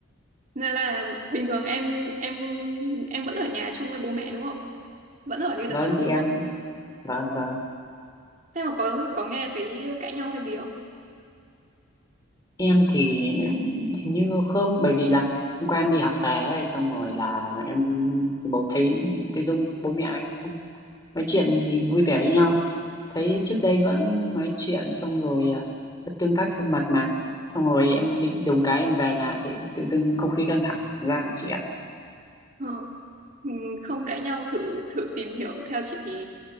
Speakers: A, on the right; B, on the left.
A: Nên là bình thường em em em vẫn ở nhà chung với bố mẹ đúng không? Vẫn ở như
B: Vâng
A: đợt trước
B: thì
A: đúng
B: em
A: không?
B: vâng vâng
A: Thế mà có có nghe thấy cãi nhau hay gì không?
B: em thì hình như không bởi vì là hôm qua em đi học về ấy, xong rồi là em thì bố thấy tự dưng bố mẹ em không nói chuyện gì vui vẻ với nhau thấy trước đây vẫn nói chuyện xong rồi à, vẫn tương tác thân mật mà xong rồi em định đùng cái em về nhà thấy tự dưng không khí căng thẳng ra chị ạ
A: Ờ, ừ, không cãi nhau thử thử tìm hiểu theo chị thì